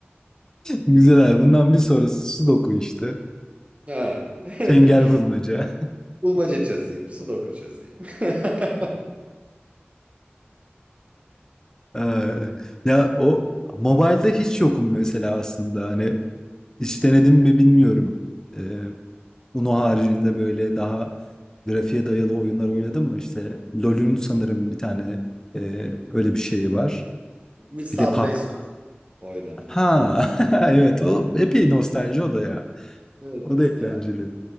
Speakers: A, on the left (about 15°); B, on the right (about 35°).
A: Güzel abi. Bundan bir sonrası Sudoku işte.
B: Ha. <laughs>
A: Çengel bulmaca.
B: Bulmaca çözeyim, sudoku çözeyim. <laughs>
A: Eee, ya o mobilde hiç yokum mesela aslında. Hani hiç denedim mi bilmiyorum. Eee Uno haricinde böyle daha grafiğe dayalı oyunlar oynadım mı? İşte LoL'ün sanırım bir tane eee, öyle bir şeyi var.
B: Bir Subway
A: Bir de pub.
B: Surf oynadım.
A: Ha <laughs> evet o epey nostalji o da ya.
B: Evet
A: O da eğlenceli.
B: ya